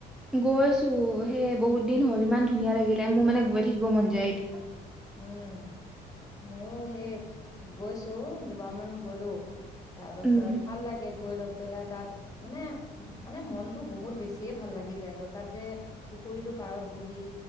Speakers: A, in the centre; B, on the left.
A: গৈছো হে বহুত দিন হ'ল ইমান ধুনীয়া লাগিলে মোৰ মানে গৈ থাকিব মন যায় এতিয়া
B: উম ময়ো সেই গৈছো দুবাৰমান গলো তাৰ পাছত
A: উম
B: ভাল লাগে গৈ লৈ পেলাই তাত মানে মানে মনতটো বহুত বেছিয়ে ভাল লাগি যায় গ তাত যে পুখুৰীতটো পাৰত বহি